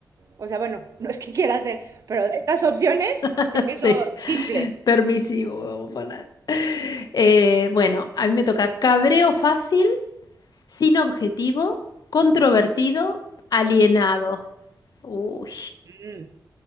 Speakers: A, on the right (about 50°); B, on the left (about 65°).
A: O sea, bueno, <laughs> no es que quiera hacer, pero de estas opciones,
B: <laughs>
A: creo que
B: Sí,
A: eso simple.
B: permisivo, vamos a poner. Eh, bueno, a mí me toca cabreo fácil, sin objetivo, controvertido, alienado. Uy,
A: Mm.